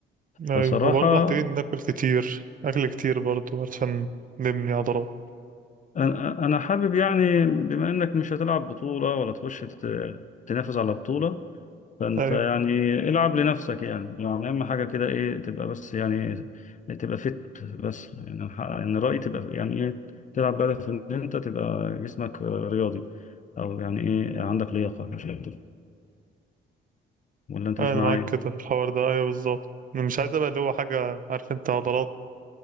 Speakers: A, on the right; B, on the left.
A: أيوه
B: فصراحة
A: هو برضه محتاجين ناكل كتير أكل كتير برضه علشان نبني عضلات
B: أنا أنا حابب يعني بما إنك مش هتلعب بطولة ولا تخش تت- تنافس على بطولة فأنت
A: أيوه
B: يعني العب لنفسك يعني يعني أهم حاجة كده إيه تبقى بس يعني تبقى فت بس يعني أنا ح- يعني رأيي تبقى يعني إيه تلعب بهدف إن أنت تبقى جسمك رياضي أو يعني إيه عندك لياقة مش أكتر ولا أنت
A: أنا
B: مش معايا؟
A: معاك كده الحوار ده أيوه بالظبط أنا مش عايز أبقى اللي هو حاجة عارف أنت عضلات